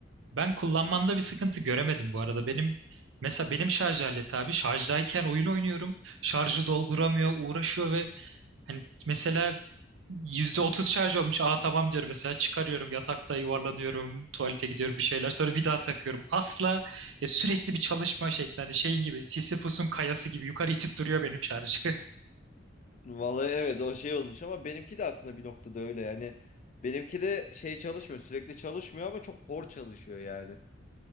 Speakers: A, on the right (about 80°); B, on the left (about 40°).
A: Ben kullanmanda bir sıkıntı göremedim bu arada. Benim mesela benim şarj aleti abi şarjdayken oyun oynuyorum. Şarjı dolduramıyor, uğraşıyor ve hani mesela %30 şarj olmuş. Aa tamam diyorum mesela çıkarıyorum yatakta yuvarlanıyorum, tuvalete gidiyorum bir şeyler sonra bir daha takıyorum. Asla ya sürekli bir çalışma şeklinde hani şeyin gibi Sisyphus'un kayası gibi yukarı itip duruyor benim şarjı. <laughs>
B: Vallahi evet o şey olmuş ama benimki de aslında bir noktada öyle yani. Benimki de şey çalışmıyor sürekli çalışmıyor ama çok hor çalışıyor yani.